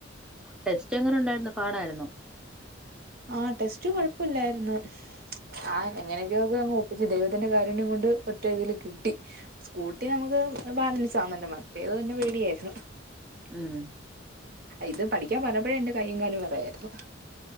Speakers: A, in the centre; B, on the right.
A: ടെസ്സ് എങ്ങനെ ഉണ്ടായിര്ന്നു പാടാഴിര്ന്നോ
B: ആ ടെസ്റ്റ് കൊഴപ്പല്ലാര്ന്നു ആ എങ്ങനെക്ക്യോ അങ്ങ് ഒപ്പിച്ച് ദൈവത്തിന്റെ കാരുണ്യം കൊണ്ട് ഒറ്റ ഇതില് കിട്ടി സ്കൂട്ടി നമുക്ക് ബാലൻസ് ആന്നല്ലോ മറ്റേത് തന്നെ പേടിയാര്ന്ന്.
A: ഉം
B: ഇത് പഠിക്കാൻ പറഞ്ഞപ്പോഴേ എന്റെ കയ്യും കാലും വെറയായിര്ന്നു